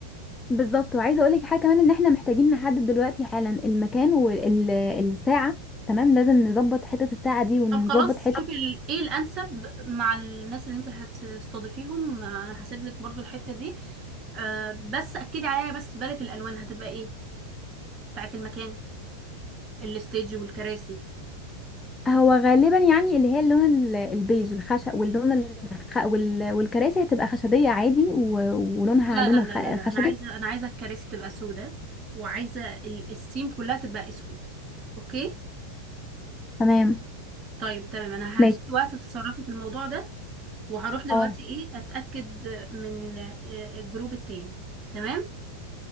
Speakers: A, on the left; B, on the right.
A: بالظبط وعايزة اقول لك حاجة كمان ان احنا محتاجين نحدد دلوقتي حالا المكان والساعة تمام لازم نظبط حتة الساعة دي ونظبط
B: طب خلاص
A: حتة
B: شوفي ال- ايه الانسب مع الناس اللي انت هتستضيفيهم آه، انا هسيب لك برضو الحته دي أه بس اكدي عليا بس باليت الالوان هتبقى ايه بتاعت المكان الستيج والكراسي
A: هو غالبا يعني اللي هي اللون ال- البيج الخشب واللون الخ... وال... والكراسي هتبقى خشبية عادي و... ولونها
B: لا
A: لون
B: لا
A: الخ...
B: لا لا
A: الخشبي
B: لا انا عايزه انا عايزه الكراسي تبقى سودة وعايزه ال- السيم كلها تبقى اسود اوكي
A: تمام
B: طيب تمام انا
A: ماشي
B: هديكي وقت تتصرفي في الموضوع ده وهروح دلوقتي
A: اه
B: ايه اتاكد من آه، الجروب التاني تمام